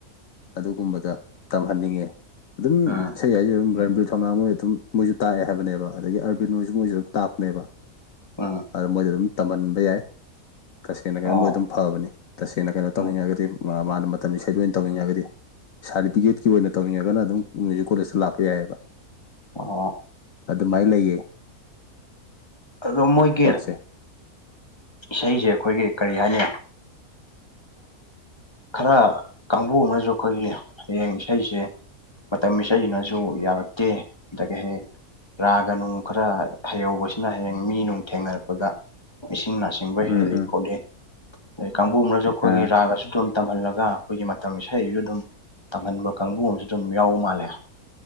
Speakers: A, on the left; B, on the left.
A: ꯑꯗꯨꯒꯨꯝꯕꯗ ꯇꯝꯍꯟꯅꯤꯡꯉꯦ ꯑꯗꯨꯝ
B: ꯎꯝ ꯎꯝ ꯎꯝ
A: ꯏꯁꯩ ꯍꯥꯏꯁꯦ ꯑꯗꯨꯝ ꯔꯟꯕꯤꯔ ꯊꯧꯅꯥ ꯃꯣꯏ ꯑꯗꯨꯝ ꯃꯣꯏꯁꯨ ꯇꯥꯛꯑꯦ ꯍꯥꯏꯕꯅꯦꯕ ꯑꯗꯒꯤ ꯑꯔꯕꯤꯟ ꯍꯣꯏꯁꯨ ꯃꯣꯏꯁꯨ ꯑꯗꯨꯝ ꯇꯥꯛꯄꯅꯦꯕ
B: ꯎꯝ
A: ꯑꯗꯣ ꯃꯣꯏꯗ ꯑꯗꯨꯝ ꯇꯝꯍꯟꯕ ꯌꯥꯏ ꯇꯁꯦꯡꯅ ꯀꯩꯅꯣ
B: ꯑꯣ
A: ꯃꯣꯏ ꯑꯗꯨꯝ ꯐꯕꯅꯤ ꯇꯁꯦꯡꯅ ꯀꯩꯅꯣ ꯇꯧꯅꯤꯡꯉꯒꯗꯤ
B: ꯎꯝ
A: ꯃꯥꯅ ꯃꯇꯥꯝ ꯏꯁꯩꯗꯣ ꯑꯣꯢꯅ ꯇꯧꯅꯤꯡꯉꯒꯗꯤ ꯁꯥꯔꯇꯤꯐꯤꯀꯦꯠꯀꯤ ꯑꯣꯏꯅ ꯇꯧꯅꯤꯡꯉꯒꯅ ꯑꯗꯨꯝ ꯃ꯭ꯌꯨꯖꯤꯛ ꯀꯣꯂꯦꯖꯇ ꯂꯥꯛꯄ ꯌꯥꯏꯑꯕ
B: ꯑꯣ
A: ꯑꯗꯨꯃꯥꯏꯅ ꯂꯩꯌꯦ
B: ꯑꯗꯣ ꯃꯣꯏꯒꯤ
A: ꯄꯣꯠꯁꯦ
B: ꯏꯁꯩꯁꯦ ꯑꯩꯈꯣꯏꯒꯤ ꯀꯔꯤ ꯍꯥꯏꯅꯤ ꯈꯔ ꯀꯥꯡꯕꯨ ꯑꯃꯅꯁꯨ ꯑꯩꯈꯣꯏꯒꯤ ꯍꯌꯦꯡ ꯏꯁꯩꯁꯦ ꯃꯇꯝ ꯏꯁꯩꯁꯤꯅꯁꯨ ꯌꯥꯔꯛꯇꯦ ꯑꯗꯒꯤ ꯍꯌꯦꯡ ꯔꯥꯒ ꯅꯨꯡ ꯈꯔ ꯍꯩꯍꯧꯕꯁꯤꯅ ꯍꯌꯦꯡ ꯃꯤ ꯅꯨꯡ ꯊꯦꯡꯅꯔꯛꯄꯗ ꯏꯅ ꯆꯤꯡꯕ
A: ꯎꯝ
B: ꯍꯦꯜꯂꯤ
A: ꯎꯝ
B: ꯈꯣꯠꯂꯤ ꯑꯗꯩ ꯀꯥꯡꯕꯨ ꯑꯃꯅꯁꯨ ꯑꯩꯈꯣꯏꯒꯤ
A: ꯑꯥ
B: ꯔꯥꯒꯁꯨ ꯑꯗꯨ ꯇꯝꯍꯜꯂꯒ ꯑꯩꯈꯣꯏꯒꯤ ꯃꯇꯝ ꯏꯁꯩꯁꯨ ꯑꯗꯨꯝ ꯇꯝꯍꯟꯕ ꯀꯥꯡꯕꯨ ꯑꯃꯁꯨ ꯑꯗꯨꯝ ꯌꯥꯎꯕ ꯃꯥꯜꯂꯦ